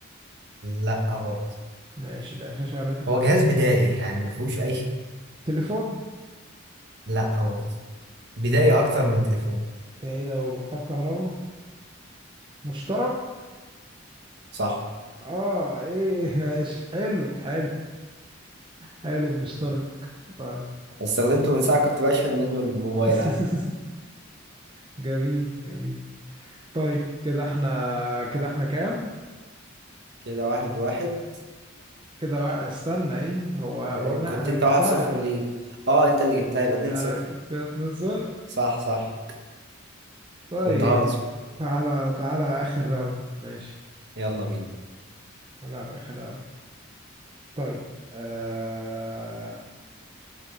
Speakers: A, on the right; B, on the right.
A: لا برضه
B: ماشي لا شاشة ولا تلفزيون
A: هو جهاز بدائي يعني ما فيهوش أي شيء
B: تليفون
A: لا برضه بدائي أكتر من التليفون
B: ده ايه ده ومحتاج كهرباء مشترك
A: صح
B: اه ايه <laughs> ماشي حلو حلو حلو المشترك طيب
A: استخدمته من ساعة كنت بشحن منه الموبايل
B: <laughs>
A: عادي
B: جميل جميل طيب كده احنا كده احنا كام
A: كده واحد واحد
B: كده وا- استنى ايه هو هو
A: آه،
B: انا
A: كنت
B: انا
A: انت
B: جبتها
A: واحد صفر ليك اه انت اللي جبتها يبقى اتنين
B: انا
A: صفر
B: كده اتنين صفر
A: صح صح
B: طيب
A: كنت هنصب
B: تعالى تعالى اخر راوند ماشي
A: يلا بينا
B: تعالى اخر راوند طيب آه...